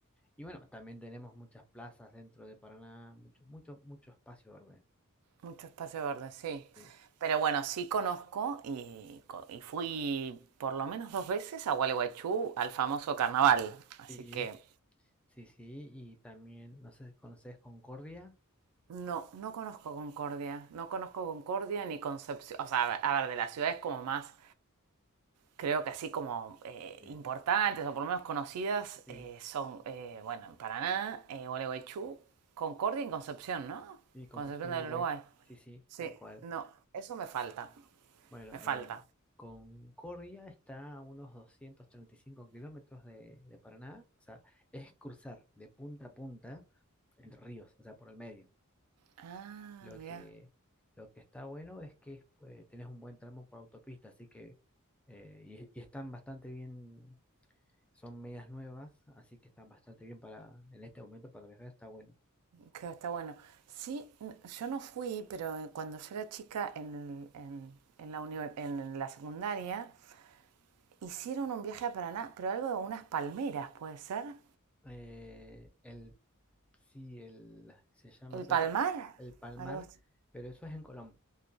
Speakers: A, in the centre; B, on the right (about 85°).
A: Y bueno, también tenemos muchas plazas dentro de Paraná, mucho, mucho, mucho espacio verde.
B: Mucho espacio verde, sí.
A: Sí,
B: Pero bueno, sí conozco y, y fui por lo menos dos veces a Gualeguaychú al famoso carnaval. Así
A: sí,
B: que
A: sí, sí, y también, no sé si conoces Concordia.
B: no, no conozco Concordia. No conozco Concordia ni Concepción. O sea, a ver- de las ciudades como más, creo que así como eh,
A: Sí,
B: importantes o por lo menos conocidas
A: sí,
B: eh, son, eh, bueno, en Paraná, eh, Gualeguaychú, Concordia y Concepción, ¿no?
A: sí, Concepción
B: Concepción del
A: Uruguay,
B: Uruguay.
A: sí, sí,
B: Sí,
A: tal cual.
B: no, eso me falta.
A: Bueno,
B: Me falta.
A: en Concordia está a unos 235 kilómetros de, de Paraná, o sea, es cruzar de punta a punta entre ríos, o sea, por el medio.
B: Ah,
A: Lo
B: mira.
A: que, lo que está bueno es que pues, tenés un buen tramo por autopista, así que, eh, y, y están bastante bien, son medias nuevas, así que están bastante bien para, en este momento para viajar, está bueno.
B: Que está bueno. Sí, yo no fui, pero cuando yo era chica en, en- en la, univers en la secundaria, hicieron un viaje a Paraná, pero algo de unas palmeras, ¿puede ser?
A: Eh, el, sí, el, se llama
B: ¿El
A: peso,
B: Palmar?
A: el Palmar,
B: Algo así.
A: pero eso es en Colón,